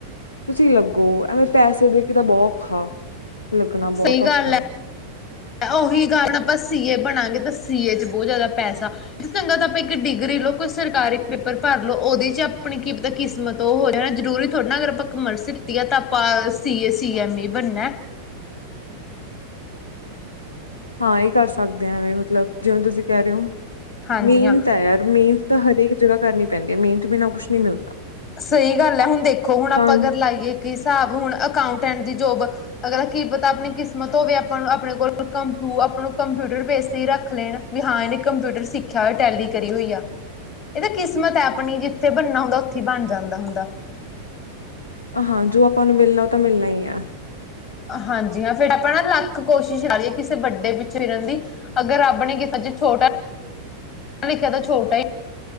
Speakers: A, on the left (about 80°); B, on the left (about 35°).
A: ਤੁਸੀਂ ਲੱਗੋ ਐਵੇਂ ਪੈਸੇ ਦੇ ਕੇ, ਤਾਂ ਬਹੁਤ ਔਖਾ ਲੱਗਣਾ ਬਹੁਤ,
B: ਸਹੀ
A: ਔਖਾ
B: ਗੱਲ
A: ਹੈ
B: ਉਹੀ ਕਾਰਨ ਆਪਾਂ ਸੀ, ਏ, ਬਣਾਂਗੇ ਤਾਂ ਸੀ, ਏ, ਚ ਬਹੁਤ ਜ਼ਿਆਦਾ ਪੈਸਾ ਚੰਗਾ ਤਾਂ ਆਪਾਂ ਇੱਕ ਡਿਗਰੀ ਲਓ, ਕੋਈ ਸਰਕਾਰੀ ਪੇਪਰ ਭਰ ਲਓ, ਉਹਦੇ ਚ ਆਪਾਂ ਆਪਣੀ ਕੀ ਪਤਾ, ਕਿਸਮਤ ਉਹ ਹੋ ਜਾਣਾ ਜਰੂਰੀ ਥੋੜ੍ਹਾ ਨਾ, ਅਗਰ ਆਪਾਂ ਕਮਰਸ ਕੀਤੀ ਆ ਤਾਂ, ਆਪਾਂ ਸੀ, ਏ, ਸੀ ਐਮ, ਈ, ਬਣਨਾ
A: ਹਾਂ ਇਹ ਕਰ ਸਕਦੇ ਐਵੇਂ, ਮਤਲਬ ਜਿਵੇਂ ਤੁਸੀਂ ਕਹਿ ਰਹੇ ਹੋ,
B: ਹਾਂਜੀ
A: ਮੇਹਨਤ
B: ਹਾਂ
A: ਤਾਂ ਯਾਰ ਮੀਂਨ ਤਾਂ ਹਰੇਕ, ਜਗ੍ਹਾ ਕਰਨੀ ਪੈਂਦੀ ਹੈ, ਮਿਹਨਤ ਬਿਨਾਂ ਕੁਛ ਨਹੀਂੀ ਮਿਲਦਾ
B: ਸਹੀ ਗੱਲ ਹੈ, ਹੁਣ ਦੇਖੋ ਹੁਣ ਆਪਾਂ
A: ਤਾਂ
B: ਕਰਰ ਲਾਈਏ ਇੱਕ ਹਿਸਾਬ, ਹੁਣ ਅਕਾਊਂਟੈਂਟ ਦੀ ਜੋਬ। ਅਗਲਾ ਕੀ ਪਤਾ, ਆਪਣੀ ਕਿਸਮਤ ਹੋਵੇ, ਆਪਾਂਨੂੰ ਆਪਣੇ ਕੋਲ ਨੂੰ ਕੰਪਿਊਟਰ ਬੇਸ ਹੀ ਰੱਖ ਲੈਣ। ਵੀ ਹਾਂ ਇਹਨੇ, ਕੰਪਿਊਟਰ ਸਿੱਖਿਆ ਹੋਇਆ ਟੈਲੀ ਕਰੀ ਹੋਈ ਆ। ਇਹ ਤਾਂ, ਕਿਸਮਤ ਹੈ ਆਪਣੀ, ਜਿੱਥੇ ਬਣਨਾ ਹੁੰਦਾ ਉੱਥੇ ਹੀ ਬਣ, ਜਾਂਦਾ ਹੁੰਦਾ।
A: ਹਾਂ, ਜੋ ਆਪਾਂ ਨੂੰ ਮਿਲਣਾ, ਉਹ ਤਾਂ ਮਿਲਣਾ ਹੀ ਆ।
B: ਹਾਂਜੀ, ਹਾਂ ਫੇਰ ਆਪਾਂ ਨਾ ਲੱਖ ਕੋਸ਼ਿਸ਼ ਕਰਾ ਲਈਏ, ਕਿਸੇ ਵੱਡੇ ਪਿੱਛੋਂ ਫਿਰਨ ਦੀ ਅਗਰ ਰੱਬ ਨੇ, ਕਿਸੇ ਚ ਛੋਟਾ ਲਿਖਿਆ ਤਾਂ, ਛੋਟਾ ਹੀਂ